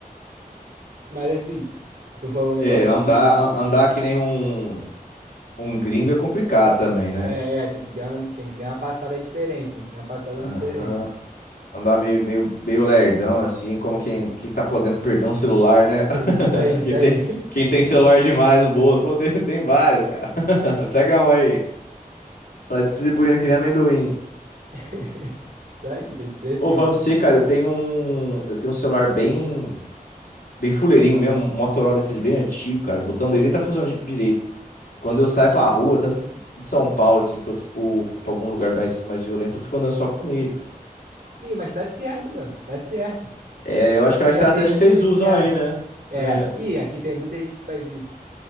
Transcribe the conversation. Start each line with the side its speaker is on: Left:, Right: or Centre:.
Right: Mas assim, tu falou um negócio
Left: É, andar,
Right: de.
Left: a- andar que nem um, um gringo é complicado também, né?
Right: É, é, tem que dar, uma- tem que dar uma passada diferente, tem que ter uma passada
Left: Aham.
Right: diferente.
Left: Andar meio, meio, meio lerdão, assim, como quem, quem tá podendo perder um celular,
Right: Porque
Left: né?
Right: tá
Left: <laughs>
Right: foi- Isso aí, isso
Left: Quem tem,
Right: aí.
Left: quem tem celular demais no bolso. Pô, tem, tem vários, cara. <laughs> Pega um aí. Tá distribuindo que nem amendoim.
Right: <laughs> Isso aí, tem que ser
Left: Ô,
Right: assim.
Left: falar pra você, cara, eu tenho um. Eu tenho um celular bem, bem fuleirinho mesmo, um Motorola desses bem antigo, cara. O botão dele nem tá funcionando di- direito. Quando eu saio pra rua, tanto de São Paulo, assim, quanto pro- pra algum lugar mais, mais violento, eu fico andando só com ele, cara.
Right: Ih, mas tá certo, mano. Tá certo.
Left: É, eu acho que
Right: Eu
Left: é uma estratégia
Right: já fiz muito
Left: que vocês
Right: disso
Left: usam
Right: já.
Left: aí, né? É.
Right: É, e aqui tem muita gente que faz isso.